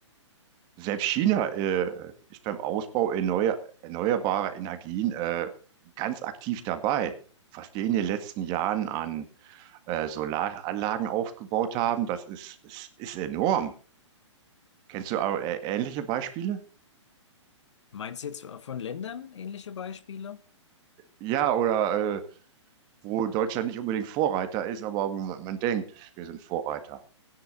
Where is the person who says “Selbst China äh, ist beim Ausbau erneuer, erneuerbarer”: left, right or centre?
Right